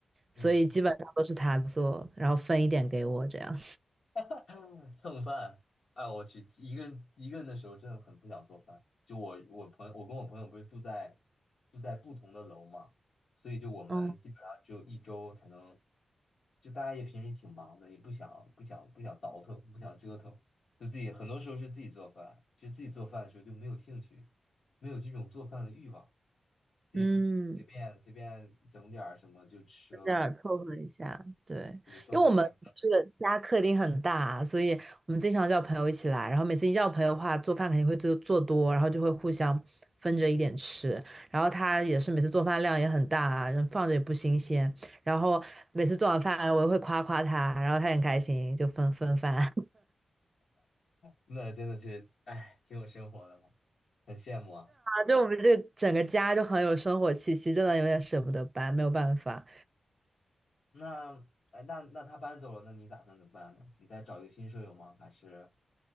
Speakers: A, on the left; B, on the right.
A: 嗯。
B: 所以基本上都是他做，然后分一点给我这样。
A: <laughs> 蹭饭，哎，我去，一个人一个人的时候真的很不想做饭。就我我朋友，我跟我朋友不是住在住在不同的楼嘛，所以就我们基本上只有一周才能，
B: 嗯
A: 就大家也平时也挺忙的，也不想不想不想倒腾，不想折腾，就自己很多时候是自己做饭。其实自己做饭的时候就没有兴趣，没有这种做饭的欲望，自己不随便随便整点儿什么就吃了，
B: 嗯。这样凑合一下，对，
A: 自己凑合一下。
B: 因为我们这个家客厅很大啊，所以我们经常叫朋友一起来，然后每次一叫朋友的话，做饭肯定会做做多，然后就会互相分着一点吃，然后他也是每次做饭量也很大啊，人放着也不新鲜，然后每次做完饭我也会夸夸他，然后他很开心，就分分饭 <laughs> 啊，
A: 那真的是，哎，挺有生活的了，很羡慕啊。
B: 就我们这个整个家就很有生活气息，真的有点舍不得搬，没有办法。
A: 那，哎，那那他搬走了，那你打算怎么办呢？你再找一个新舍友吗？还是，